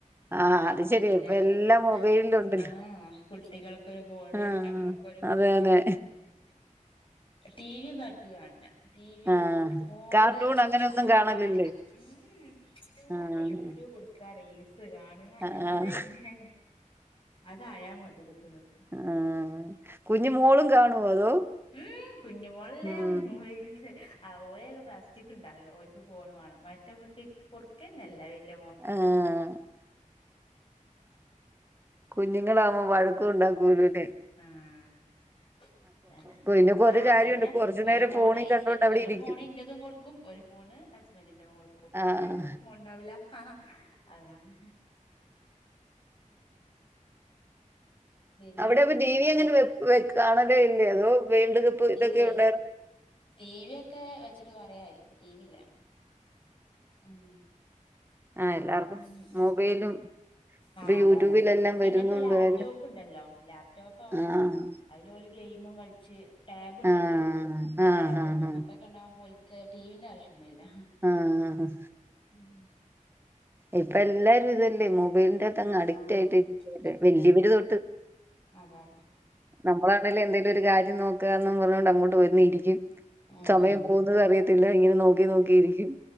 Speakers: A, on the right; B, on the left.
A: ആഹ് അത്
B: ടിവിന്റെ
A: ശരി ഇപ്പ
B: ആവശ്യവില്ല
A: എല്ലാം മൊബൈലിലുണ്ടല്ലോ
B: ആഹ് കുട്ടികൾക്കൊരു ഫോണ്,
A: ആഹ്
B: അമ്മക്കൊരു ഫോണ്,
A: അതെന്നെ
B: ഏഹ് ടി വി ഒന്നും അവർക്ക് കാണണ്ട, ടി വി യൊന്നും
A: ആഹ്
B: വാണ്ട മോൾള്,
A: കാർട്ടൂൺ അങ്ങനെയൊന്നും കാണലില്ലേ
B: ആഹ് ഉം.. ഉം ഫോൺല്
A: ആഹ്
B: യൂട്യൂബ് ട് ക്ക റീൽസ് കാണാ,
A: ആഹ്
B: അതന്നെ അതായ മതി കുട്ടികൾക്ക്
A: ആഹ് കുഞ്ഞി മോളും കാണുവോ അതോ
B: ഉം കുഞ്ഞ് മോളല്ലേ
A: ഉം
B: മ് റീൽസ്, അവളേന്നു ഫസ് ഉച്ചക്ക് ഇണ്ടാകിക ഓൽക്ക് ഫോണ് വേണം മറ്റേ കുട്ടിക്ക് കൊടക്കന്നെ ഇല്ല വെല്ല്യ മോക്ക്
A: ആഹ് കുഞ്ഞുങ്ങളാവുമ്പൊ വഴക്കും ഉണ്ടാക്കൂല്ലന്നേ
B: ആഹ് അതന്നെ
A: പിന്നെ കൊറെ
B: ആഹ് അതന്നെ
A: കാര്യമുണ്ട് കൊറച്ചു
B: ഒരു
A: നേരം
B: ഫോണ്
A: ഫോണും
B: ഇന്റെ
A: കണ്ടോണ്ട് അവിടെ
B: ഒരു
A: ഇരിക്കും
B: ഫോൺ ഇന്റതും കൊടു ക്കും ഒരു ഫോണ് ഹസ്ബൻഡിന്റെ കൊടുക്കും
A: ആഹ്
B: അപ്പൊ ഞമ്മക്ക് ഫോണെണ്ടാവൂല്ല അതാണ് പിന്നെ
A: അവിടെ അപ്പൊ ടി വി എങ്ങനെ വെപ് വെക് കാണലേ ഇല്ലേ അതോ വേൾഡ് കപ്പ് ഇതൊക്കെ
B: ഇല്ലേ
A: ഉണ്ടായിരുന്നോ
B: ടി വി ഒക്കെ വെച്ചിട്ട് കൊറേയായി ഇപ്പ ടി വി ഇല്ല ഉം
A: ആഹ് എല്ലാർക്കും
B: ഉം
A: മൊബൈലും
B: ആഹ്
A: ഇപ്പൊ
B: അതാണ്
A: യൂട്യൂബിലെല്ലാം
B: പിന്നെ
A: വരുന്നുണ്ടായാലും
B: ഇപ്പൊ ലാപ്ടോപ്പ് ഇണ്ടല്ലൊ ലാപ്ടോപ്പ് ആവുമ്പൊ
A: ആഹ്
B: അയില് ഓല് ഗെയ്മും കളിച്ച് ടാബ് ഇണ്ടല്ലോ
A: ആഹ് ആഹ്
B: ടാബും
A: ആഹ്
B: അങ്ങനത്തെക്കെ ഇണ്ടാവുമ്പോൽ ക്ക് ടീ വിന്റെ ആവശ്യൊന്നുല്ല
A: ആഹ് അഹ
B: ഉം
A: ഇപ്പ എല്ലാരും ഇതല്ലെ മൊബൈൽന്റ ത്തങ്ങ് അഡിക്റ്റ്
B: ആഹ്
A: ആയിട്ട് വല്ല്യവര്
B: ഉം
A: തൊട്ട്
B: അതെ അതെ
A: നമ്മളാണേലും എന്തേലും ഒരു കാര്യം നോക്കാന്നും പറഞ്ഞോണ്ട് അങ്ങോട്ട് പോയൊന്നിരിക്കും
B: ഉം
A: സമയം
B: ഉം
A: പോകുന്നത് അറിയത്തില്ല ഇങ്ങനെ നോക്കി നോക്കിയിരിക്കും